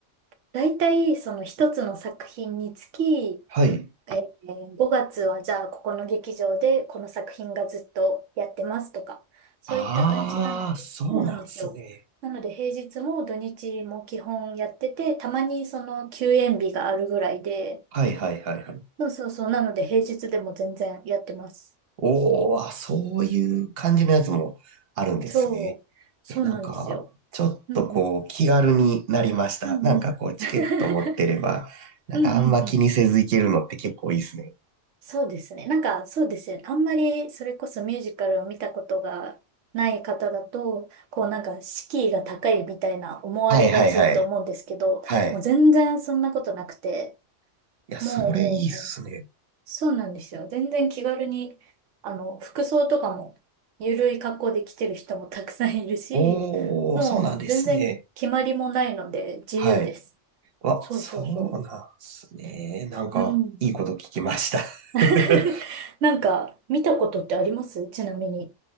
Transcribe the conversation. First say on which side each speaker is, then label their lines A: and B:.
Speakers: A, on the right; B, on the right.
A: 大体、その一つの作品につき、
B: はい。
A: えー、5月はじゃあここの劇場でこの作品がずっとやってますとか、そういった感じなので、
B: ああ、そうなんすね。
A: そうなんですよ。なので平日も土日も基本やってて、たまにその休演日があるぐらいで、
B: はいはいはいはい。
A: そうそうそう、なので平日でも全然やってます。
B: おお、あ、そういう感じのやつもあるんですね。
A: そう、そうなんですよ。
B: え、なんか、ちょっとこう、
A: うんうん。
B: 気軽になりました。
A: うんうん。
B: なんかこう、チケット持ってれば、
A: <laughs>
B: なんかあんま気にせず行けるのって結構いいですね。
A: うんうんうん。そうですね。なんか、そうですよね。あんまり、それこそミュージカルを見たことがない方だと、こうなんか、敷居が高いみたいな思われがちだと思うんですけど、
B: はいはいはい。はい。
A: もう全然そんなことなくて、
B: いや、
A: もうもうもう、
B: それいいっすね。
A: そうなんですよ。全然気軽に、あの、服装とかも、ゆるい格好で来てる人もたくさんいるし、
B: おー、
A: もう全然決まりもないので自由です。
B: そうなんですね。はい。わ、
A: そうそうそ
B: そうなんですね。なんか、
A: う。うん。
B: いいこと聞きました。
A: <laughs>
B: <laughs>
A: なんか、見たことってありますちなみに。